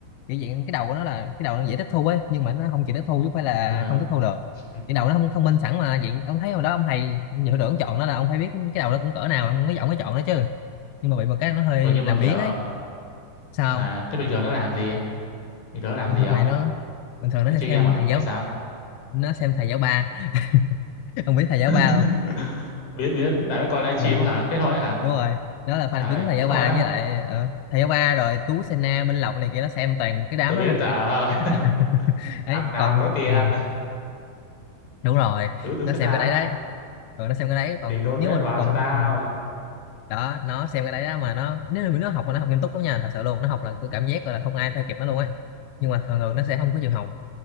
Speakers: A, on the left (about 80°); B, on the left (about 60°).
A: kiểu vậy cái đầu của nó là cái đầu nó dễ tiếp thu ấy nhưng mà nó không chịu tiếp thu chứ không phải là
B: ờ
A: không tiếp thu được
B: ừm.
A: cái đầu nó không thông minh sẵn mà vậy ông thấy hồi đó ông thầy hiệu trưởng chọn nó là ông phải biết cái đầu đó cũng cỡ nào ông mới giọng mới chọn nó chứ nhưng mà bị một cái nó hơi
B: ừ, nhưng
A: làm
B: mà kiểu
A: biếng ấy sao
B: à
A: không?
B: thế bình thường nó làm gì ấy? bình thường nó làm
A: bình
B: gì
A: thường
B: không
A: này nó bình thường nó
B: nó
A: sẽ
B: chơi
A: xem
B: game à
A: thầy giáo
B: hay sao
A: nó xem thầy giáo ba <laughs> ông biết thầy giáo
B: <laughs>
A: ba không
B: biết biết là nó coi livestream
A: ờ
B: á hả thế thôi á hả
A: đúng rồi nó là fan
B: trời ơi
A: cứng thầy
B: thế
A: giáo
B: thôi
A: ba
B: á
A: với lại ờ, thầy giáo ba rồi Tú Sena Minh Lộc này kia nó xem toàn cái đám
B: tôi
A: đó
B: biết
A: không
B: trời
A: ấy,
B: ơi
A: <laughs>
B: <laughs>
A: ấy
B: thằng nào
A: còn
B: có tiền
A: ừ, đúng rồi
B: tứ tứ
A: nó
B: sen
A: xem
B: na
A: cái đấy đấy rồi nó xem cái đấy còn
B: thì donate
A: nếu mà
B: vào
A: còn
B: cho tao
A: ừ. đó nó xem cái đấy đó mà nó nếu mà nó học mà nó học nghiêm túc lắm nha thật sự luôn nó học là tôi cảm giác là không ai theo kịp nó luôn á nhưng mà thường thường nó sẽ không có chịu học